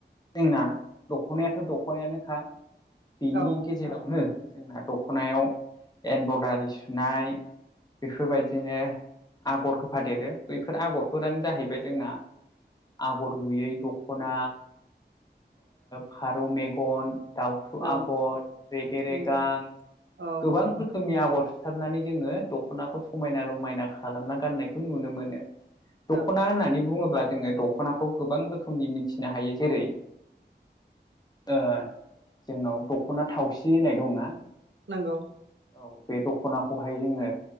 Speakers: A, on the left; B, on the right.
A: जोंना दख'नायाथ' दख'नायानोखा। बेनि
B: औ
A: गेजेरावनो जोंना दख'नायाव एमब्रयदारि सुनाय बेफोरबायदिनो आगर होफादेरो। बैफोर आगरफोरानो जाहैबाय जोंना आगर गुयै दखना फारौ मेगन दाउथु
B: औ
A: आगर रेगे रेगां
B: नंगौ औ
A: गोबां रोखोमनि आगर सुथाबनानै जोङो दख'नाखौ समायना रमायना खालामना गाननायखौ नुनो मोनो।
B: औ
A: दख'ना होननानै बुङोब्ला जोङो दख'नाखौ गोबां रोखोमनि मिथिनो हायो जेरै ओ जोंनाव दख'ना थावसि होननाय दंना
B: नोंगौ।
A: औ बे दख'ना हाखौहाय जोङो